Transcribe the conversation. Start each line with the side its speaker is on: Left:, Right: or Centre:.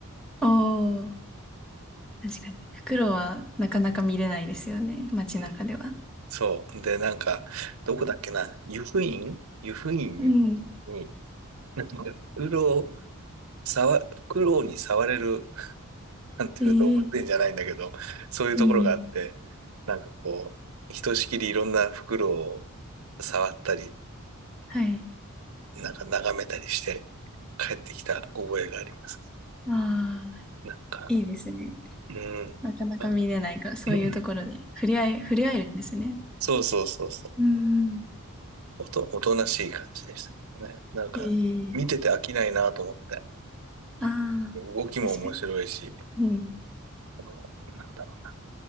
Centre: おー、確かに。袋はなかなか見れないですよね、街中では。
Right: うんそう。で、なんか、どこだっけな、湯布院湯布院に、
Centre: うん。
Right: になんかフクロウ、触、フクロウに触れる、なんていうか動物園じゃないんだけど、
Centre: えー、
Right: そういうところがあって、
Centre: うん。
Right: なんかこう、ひとしきりいろんなフクロウを触ったり、
Centre: はい。
Right: なんか眺めたりして帰ってきた覚えがありますけ
Centre: ああ、
Right: ど、なんか、
Centre: いいですね。
Right: うん。
Centre: なかなか見れないから、
Right: あ、
Centre: そういうところで触れ合い、
Right: うん
Centre: 触れ合えるんですね。
Right: そうそうそうそう。
Centre: うん
Right: おと、おとなしい感じでしたけどね。なんか、
Centre: ええ、
Right: 見てて飽きないなと思って。
Centre: ああ、
Right: 動きも面白いし、
Centre: 確かに。うん。
Right: あの、なんだろうな、